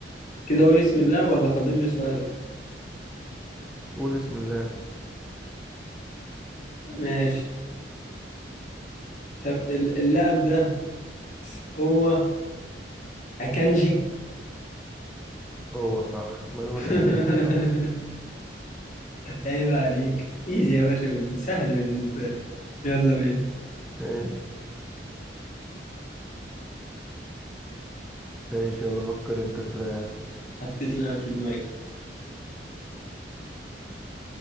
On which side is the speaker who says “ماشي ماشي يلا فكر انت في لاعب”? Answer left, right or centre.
Centre